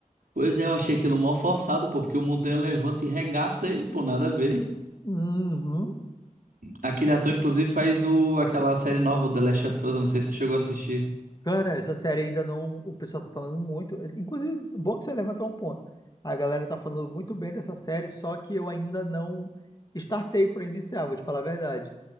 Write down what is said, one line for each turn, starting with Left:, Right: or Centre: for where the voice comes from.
Right: Pois é, eu achei aquilo mó forçado, pô, porque o Montanha levanta e regaça ele, pô, nada a ver.
Left: Uhum.
Right: Aquele ator, inclusive, faz o, aquela série nova, o The Last of Us, eu não sei se tu chegou a assistir.
Left: Cara, essa série ainda não. O pessoal tá falando muito. eh, Inclusive, bom que você levantou um ponto. A galera tá falando muito bem dessa série, só que eu ainda não startei pra iniciar, vou te falar a verdade.